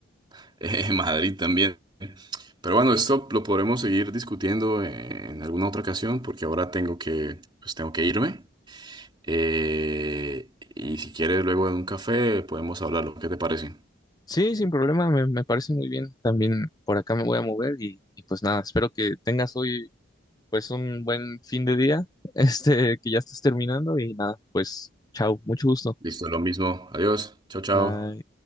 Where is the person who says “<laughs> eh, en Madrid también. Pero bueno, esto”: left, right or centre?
Right